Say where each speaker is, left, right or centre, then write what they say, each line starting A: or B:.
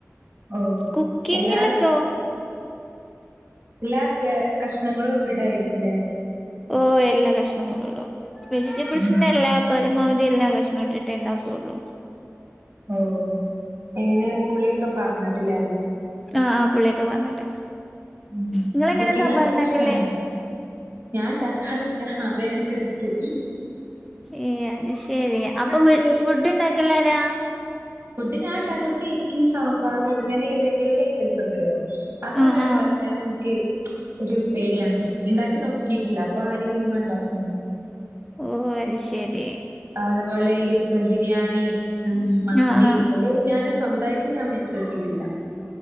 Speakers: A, on the right (about 45°); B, in the centre.
A: ഓഹ്
B: കുക്കിങ്ങിലെത്തോ
A: എല്ലാ എല്ലാ കഷ്ണങ്ങളും ഇടായിരിക്കുല്ലേ
B: ഓ എല്ലാ കഷ്ണങ്ങളടും വെജിറ്റബിൾസിന്റെ
A: ഉം
B: എല്ലാ പരമാവധി എല്ലാം കഷ്ണം ഇട്ട് ട്ടെ ഇണ്ടാക്കോള്ളു
A: ഓ എങ്ങനെ പുളിയോക്കെ പാർന്നിട്ടിലെ
B: ആഹ് ആഹ് പുള്ളിയൊക്കെ പാർന്നിട്ട്
A: ഉം
B: ഇങ്ങൾ എങ്ങേനേ
A: കുക്കിംഗ്
B: സമ്പാറൊക്കെ
A: അത്രയ്ക്ക്
B: ഇണ്ടാക്കൽ
A: ഇഷ്ടാണ്. ഞാൻ ഉണ്ടാക്കാറില്ല അതാ ഞാൻ ചിരിച്ചേ
B: ഏഹ് അത് ശരി അപ്പൊ
A: ഒരു
B: ഫുഡ് ഉണ്ടാക്കലരാ
A: ഫുഡ് ഞാൻണ്ടാക്കും പക്ഷേ ഇൻക്ക് സാമ്പാർ ഇങ്ങനെ വലിയ വലിയ ഐറ്റംസ് ഒക്കെല്ലേ അതൊക്കെ
B: ആഹ് ആഹ്
A: ഉണ്ടാക്കാൻ ഇനിക്ക് ഒരു പേടിയാണ് ക്ക് നോക്കിയിട്ടില്ല അപ്പൊ ആരെങ്കും ഇമ്മ ഇണ്ടാക്കോ
B: ഓഹ് അയ് ശെരി
A: അതുപോലെ ഈ ബിരിയാണി ഉം മന്തി
B: ആഹ് ആഹ്
A: അതൊന്നും ഞാന് സ്വന്തമായിട്ട് ഞാൻ വെച്ചോക്കിയിട്ടില്ല